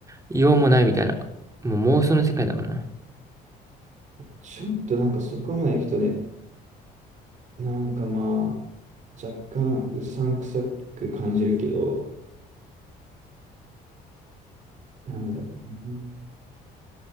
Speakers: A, on the right; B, on the right.
A: ようもないみたいな。もう妄想の世界だもんな。
B: ちょっとなんかそこまで行くとね、なんかまあ、若干うさんくさく感じるけど、なんだろうね。